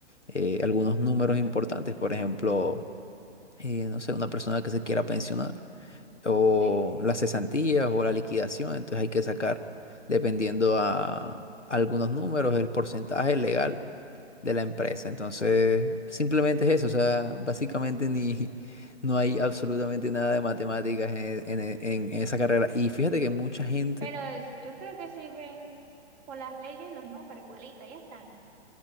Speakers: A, on the left; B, on the right.
A: eh, algunos números importantes. Por ejemplo, eh, no sé, una persona que se quiera pensionar o
B: Sí.
A: las cesantías o la liquidación. Entonces hay que sacar, dependiendo a algunos números, el porcentaje legal de la empresa. Entonces, simplemente es eso, o sea, básicamente ni, <laughs> no hay absolutamente nada de matemáticas en, en- en- en esa carrera. Y fíjate que mucha gente,
B: Pero es- yo creo que si ven por las leyes los números igualitas, ya están.